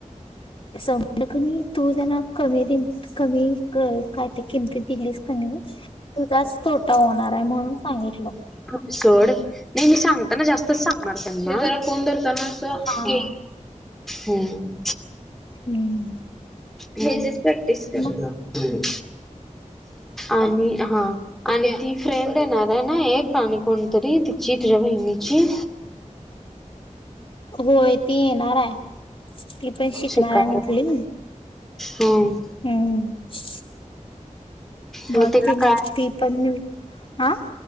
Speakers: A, on the left; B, in the centre.
A: समखणी तू जना कमी र कमी काय त किमती दिलीच, त म तुझाच तोटा होणार आहे म्हणून सांगितलं.
B: कड नाही मी सांगताना जास्तच सांगणार को धताना. सोवा
A: हा
B: गे
A: हा
B: हम्म.
A: हम्म
B: हे जच प्रॅक्टीस करून,
A: मग
B: आणि कर हा आणि ती फ्रेंड येणार आहे ना, एक तिची तुझ्या बहिणीची.
A: होय ती येणार आहे, ती पण शिकणार
B: शिकायला
A: आहे म्हटली.
B: हम्म.
A: हम्म
B: मग
A: मात
B: तिला काय
A: ना दीपण ह